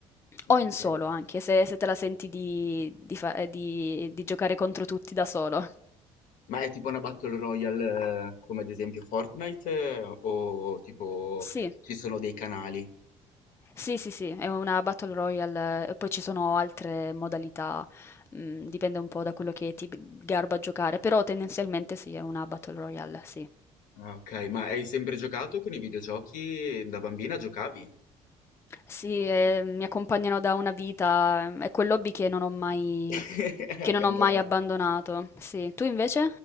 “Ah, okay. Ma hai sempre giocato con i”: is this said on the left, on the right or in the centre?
Left